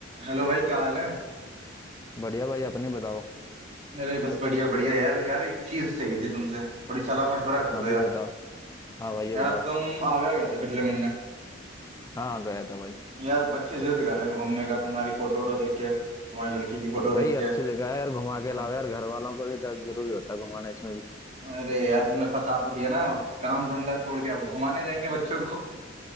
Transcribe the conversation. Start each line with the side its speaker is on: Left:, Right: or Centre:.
Right: Hello भाई क्या हाल है
Left: बढ़िया भाई अपने बताओ
Right: अरे बस बढ़िया बढ़िया यार यार एक चीज चाहिए थी तुमसे थोड़ी सलाह मशवरा कर
Left: हाँ
Right: दो यार
Left: जी बताओ हाँ भाई ये
Right: यार
Left: बताओ
Right: तुम आगरा गए थे पिछले महीने
Left: हाँ हाँ गया था भाई
Right: यार बच्चे जिद कर रहे हैं घूमने का तुम्हारी फोटो वोटो देख के तुम्हारी लड़की की फोटो
Left: भाई
Right: देख के
Left: अच्छी जगह है यार घुमा के
Right: हाँ।
Left: लाओ यार घर वालों को भी दर्द जरूरी होता है घुमाना इसमें भी
Right: अरे यार तुमने फंसा तो दिया ना अब काम धंधा छोड़ के अब घुमाने जाएंगे बच्चों को